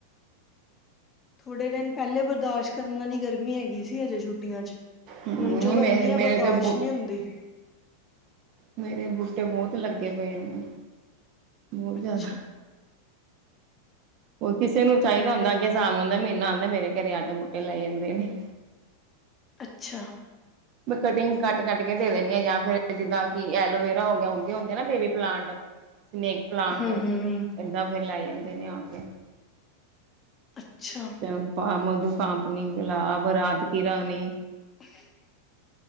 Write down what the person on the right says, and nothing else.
ਨਹੀਂ
ਮੇਰੇ
ਮੇਰੇ
ਤੇ ਬ
ਮੇਰੇ ਬੂਟੇ ਬਹੁਤ ਲੱਗੇ ਪਏ ਨੇ ਬਹੁਤ ਜ਼ਿਆਦਾ
ਉਹ ਕਿਸੇ ਨੂੰ
ਚਾਹੀਦਾ ਹੁੰਦਾ ਅੱਗੇ ਸਾਮ ਆਉਦਾ ਮਹੀਨਾ ਆਉਂਦਾ ਮੇਰੇ ਘਰੇ ਆ ਕੇ ਬੂਟੇ ਲਾਈ ਜਾਂਦੇ ਨੇ
ਮੈ ਕਟਿੰਗ ਕੱਟ-ਕੱਟ ਕੇ ਦੇ ਦਿੰਦੀ ਆਾ ਜਾਂ ਫਿਰ ਜਿੱਦਾਂ ਕਿ ਐਲੋਵੇਰਾ ਹੋ ਗਿਆ, ਉਗੇ ਹੁੰਦੇ ਆ ਨਾ ਬੇਬੀ ਪਲਾਂਟ ਸਨੇਕ ਪਲਾਂਟ
ਏਦਾਂ ਫੇਿਰ ਲੈ ਜਾਂਦੇ ਨੇ ਆ ਕੇ
ਚੰਪਾ ਮਧੂ ਕਪਨੀ ਗੁਲਾਬ ਰਾਤ ਕਿ ਰਾਣੀ